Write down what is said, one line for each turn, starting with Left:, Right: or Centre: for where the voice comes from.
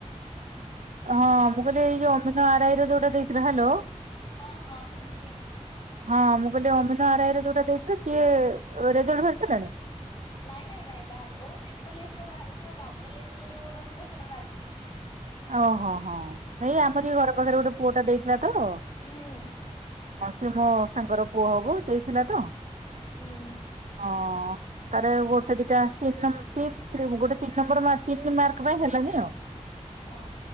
Right: ହଁ
Left: ହ୍ୟାଲୋ
Right: ମୁଁ କହିଲି ଏଇ ଯୋଉ ଅମିନ୍ ଆରାଇ ର ଯୋଉଟା ଦେଇଥିଲ ହ୍ୟାଲୋ
Left: ହଁ ହଁ ଶୁବୁଚି।
Right: ହଁ ମୁଁ କହିଲି ଅମିନୋ ଆରାଇ ରେ ଯୋଉଟା ଦେଇଥିଲ ସିଏ ରେଜଲ୍ଟ ବାହାରି ସାରିଲାଣି?
Left: ନାଇଁ ନାଇଁ ନାଇଁ ବାହାରି ଓ ତ୍ରିପଲ ଏସ୍ ର ବାହାରିଚି ଓ ଡବଲ ଏସ୍ ର ଯୋଉଟା ଥିଲା ସେଇଟା ବାହାରି ପଡ଼ିଛି।
Right: ଓହୋ ହୋ ଏଇ ଆମର ଇଏ ଘର ପାଖରେ ଗୋଟେ ପୁଅ ଟା ଦେଇଥିଲା ତ ହଁ
Left: ହୁଁ।
Right: ସେ ମୋ ତାଙ୍କର ପୁଅ ହବ ଦେଇଥିଲା ତ
Left: ହୁଁ।
Right: ହଁ। ତାର ଗୋଟେ ଦିଟା ତିନି ନ ଗୋଟେ ତିନି ନମ୍ବର ତିନି ମାର୍କ ପାଇଁ ହେଲାନି ଆଉ। <inaudible>
Left: ଓ